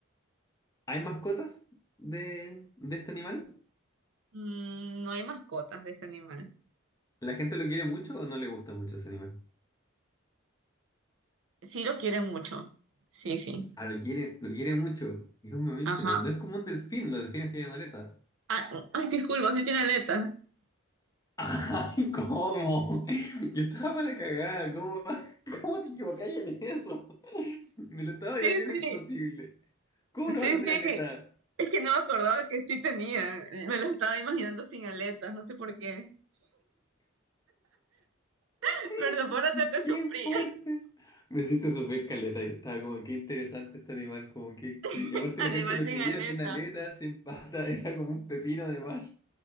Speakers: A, on the left; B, on the right.
A: ¿hay mascotas de, de este animal?
B: Mm, no hay mascotas de este animal.
A: ¿La gente lo quiere mucho o no le gusta mucho ese animal?
B: Sí lo quiere mucho. Sí, sí.
A: Ah, lo quiere, lo quiere mucho. Es un mamífero.
B: Ajá.
A: No es como un delfín, los delfines tienen aleta.
B: Ah, ay, disculpa, sí tiene aletas.
A: <laughs> ¡Ay, cómo! Yo estaba para la cagada, ¿cómo, <laughs> cómo te equivocas en eso? Me lo estaba
B: Sí,
A: haciendo
B: sí,
A: imposible. ¿Cómo
B: sí,
A: no va a tener
B: sí.
A: aleta?
B: Es que no me acordaba que sí tenía. Me lo estaba imaginando sin aletas, no sé por qué. <laughs>
A: <laughs>
B: Perdón por hacerte
A: ¡Qué
B: sufrir.
A: fuerte! Me hiciste sufrir caleta. Yo estaba como, qué interesante este animal, como que, que-
B: <laughs>
A: Y aparte
B: Animal
A: la gente lo
B: sin
A: quería
B: aleta.
A: sin aleta, sin pata, <laughs> era como un pepino de mar.